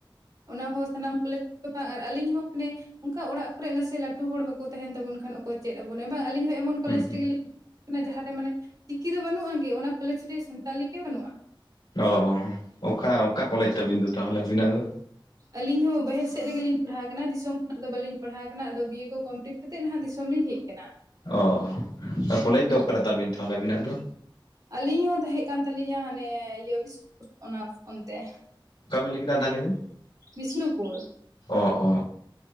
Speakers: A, on the right; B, on the left.
A: ᱚᱱᱟ ᱦᱚᱸ ᱥᱟᱱᱟᱢ ᱠᱚᱞᱮᱡᱽ ᱫᱚ ᱵᱟᱝ ᱟᱨ ᱟᱹᱞᱤᱧ ᱦᱚᱸ ᱢᱟᱱᱮ ᱚᱱᱠᱟ ᱚᱲᱟᱜ ᱠᱚᱨᱮᱜ ᱱᱟᱥᱮ ᱞᱟᱹᱴᱩ ᱦᱚᱲ ᱵᱟᱠᱚ ᱛᱟᱦᱮᱸᱱ ᱛᱟᱵᱚᱱ ᱠᱷᱟᱱ, ᱚᱠᱚᱭ ᱪᱮᱫ ᱟᱵᱚᱱᱟ, ᱵᱟᱝ ᱟᱹᱞᱤᱧ ᱦᱚᱸ ᱮᱢᱚᱱ ᱠᱚᱞᱮᱡᱽ
B: ᱦᱩᱸ ᱦᱩᱸ
A: ᱨᱮᱜᱮᱞᱤᱧ ᱢᱟᱱᱮ ᱡᱟᱦᱟᱸ ᱨᱮ ᱢᱟᱱᱮ ᱪᱤᱠᱤ ᱫᱚ ᱵᱟᱹᱱᱩᱜ-ᱟ ᱜᱮ ᱚᱱᱟ ᱠᱚᱞᱮᱡᱽ ᱨᱮ ᱥᱟᱱᱛᱟᱞᱤ ᱜᱮ ᱵᱟᱹᱱᱩᱜ-ᱟ᱾
B: ᱚ ᱚ ᱚᱠᱟ ᱚᱠᱟ ᱠᱚᱞᱮᱡᱽ ᱟᱹᱵᱤᱱ ᱫᱚ ᱛᱟᱦᱚᱸᱞᱮ ᱟᱵᱤᱱᱟᱜ ᱫᱚ᱾
A: ᱟᱹᱞᱤᱧ ᱦᱚᱸ ᱵᱟᱹᱦᱮᱨ ᱥᱮᱫ ᱨᱮᱜᱮᱞᱤᱧ ᱯᱟᱲᱦᱟᱣ ᱟᱠᱟᱱᱟ, ᱫᱤᱥᱚᱢ ᱠᱷᱚᱱᱟᱜ ᱫᱚ ᱵᱟᱹᱞᱤᱧ ᱯᱟᱲᱦᱟᱣ ᱟᱠᱟᱱᱟ, ᱟᱫᱚ ᱵᱤᱭᱮ ᱠᱚᱢᱯᱞᱤᱴ ᱠᱟᱛᱮᱫ ᱱᱟᱦᱟᱸᱜ ᱫᱤᱥᱚᱢ ᱞᱤᱧ ᱦᱮᱡ ᱮᱱᱟ,
B: ᱚ ᱟᱨ ᱠᱚᱞᱮᱡᱽ ᱫᱚ ᱚᱠᱟᱨᱮ ᱛᱟᱵᱤᱱ ᱛᱟᱦᱚᱸᱞᱮ ᱟᱵᱤᱱᱟᱜ ᱫᱚ᱾
A: ᱟᱹᱞᱤᱧ ᱦᱚᱸ ᱛᱟᱦᱮᱸ ᱠᱟᱱ ᱛᱟᱹᱞᱤᱧᱟ ᱦᱟᱱᱮ ᱤᱭᱟᱹ <unintelligible> ᱚᱱᱟ ᱚᱱᱛᱮ᱾
B: ᱚᱠᱟ ᱵᱤᱱ ᱞᱟᱹᱭ ᱠᱮᱫᱟ ᱟᱫᱷᱟ ᱞᱟᱹᱭ ᱵᱤᱱ?
A: ᱵᱤᱥᱱᱩᱯᱩᱨ
B: ᱚ ᱚ